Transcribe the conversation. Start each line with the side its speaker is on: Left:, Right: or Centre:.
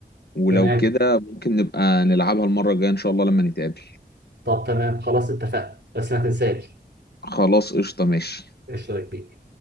Left: ولو
Right: تمام
Left: كده ممكن نبقى نلعبها المرة الجاية ان شاء الله لما نتقابل
Right: طب تمام خلاص اتفقنا بس ما تنساش
Left: خلاص قشطة ماشي
Right: اشترك بيه